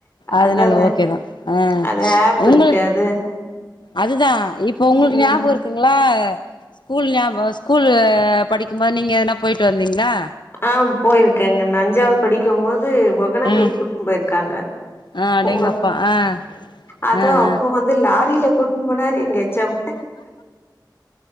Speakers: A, on the left (about 75°); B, on the left (about 30°).
A: அதனால
B: அதா அதா
A: ஓகே தான் அ
B: அது ஆப்
A: உங்க
B: இருக்கு அது
A: அதுதான் இப்ப ஒங்களுக்
B: ம்
A: ஞாப க்குங்களா ஸ்கூல் ஞாப ஸ்கூல் படிக்கும்போது நீங்க எதனா போயிட்டு வந்தீங்களா
B: ஆ போயிருக் க்ங்க நா அஞ்சாது படிக்கும் போது வணக்கல்
A: ம்
B: கூட்டு போயிருக்காங்க
A: ஆ அடேங்கப்பா
B: ஓ
A: ஆ
B: அஅது
A: ஆ
B: அப்போ
A: ஆ
B: வந் து லாரில கூட்டுன் போனாரு எங்க ஹெச்சம்